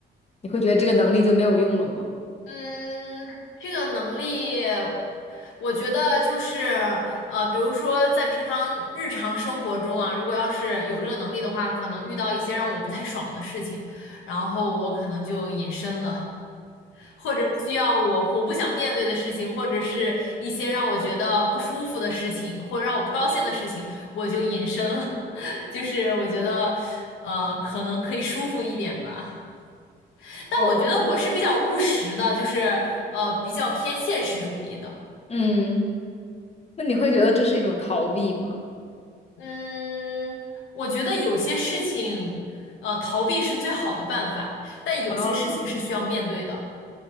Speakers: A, on the left; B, on the left.
A: 你会觉得这个能力就没有用了吗？
B: 嗯，这个能力，我觉得就是呃，比如说在平常日常生活中啊，如果要是有这个能力的话，可能遇到一些让我不太爽的事情，然后我可能就隐身了。或者需要我我不想面对的事情，或者是一些让我觉得不舒服的事情，或者让我不高兴的事情，我就隐身了。<laughs> 就是我觉得，呃，可能可以舒服一点吧。但我觉得我是比较务实的，
A: 哦，
B: 就是呃比较偏现实主义的。
A: 嗯，那你会觉得这是一种逃避吗？
B: 嗯，我觉得有些事情，呃，逃避是最好的办法，但有些事情是需要面对的。
A: 哦，